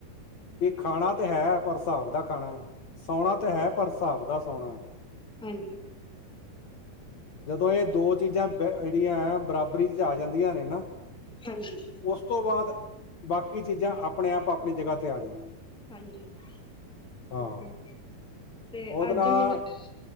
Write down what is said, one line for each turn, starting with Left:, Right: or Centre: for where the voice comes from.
Left: ਵੀ ਖਾਣਾ ਤਾਂ ਹੈ ਪਰ ਹਿਸਾਬ ਦਾ ਖਾਣਾ ਸੋਣਾ ਤਾਂ ਐ ਪਰ ਹਿਸਾਬ ਦਾ ਸੋਣਾ।
Centre: ਹਾਂਜੀ।
Left: ਜਦੋਂ ਇਹ ਦੋ ਚੀਜ਼ਾਂ ਜਿਹੜੀਆਂ ਬਰਾਬਰੀ ਚ ਆ ਜਾਂਦੀਆਂ ਨੇ ਨਾ।
Centre: ਹਾਂਜੀ
Left: ਉਸ ਤੋਂ ਬਾਅਦ, ਬਾਕੀ ਚੀਜ਼ਾਂ ਆਪਣੇ ਆਪ ਆਪਣੀ ਜਗ੍ਹਾ ਤੇ ਆ ਜਾਂਦੀਆਂ।
Centre: ਹਾਂਜੀ, ਠੀਕ
Left: ਹਾਂ
Centre: ਐ ਤੇ
Left: ਉਹਦੇ
Centre: ਅੱਜ
Left: ਨਾਲ
Centre: ਹੂੰ,